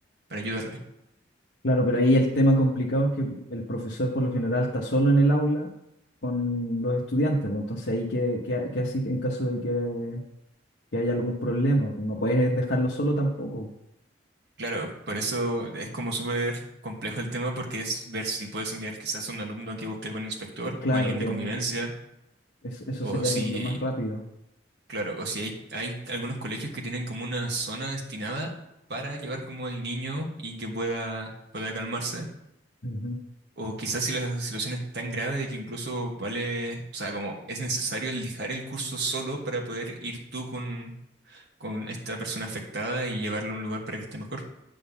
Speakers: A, on the right; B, on the left.
A: para ayudarle.
B: claro, pero ahí el tema complicado es que el profesor por lo general está solo en el aula con los estudiantes, pues entonces ahí qué, qué, qué haces en caso de que, que haya algún problema, no puedes dejarlo solo tampoco.
A: Claro, por eso es como súper complejo el tema porque es ver si puedes enviar quizás a un alumno que busque algún inspector
B: Eh, Claro
A: o alguien
B: que
A: de convivencia
B: eso, eso
A: o
B: sería
A: si
B: como lo más rápido.
A: Claro, o si hay, hay algunos colegios que tienen como una zona destinada para llevar como al niño y que pueda, pueda calmarse.
B: Ujú.
A: O quizás si la situación es tan grave de que incluso vale, o sea, como es necesario el dejar el curso solo para poder ir tú con, con esta persona afectada y llevarlo a un lugar para que esté mejor.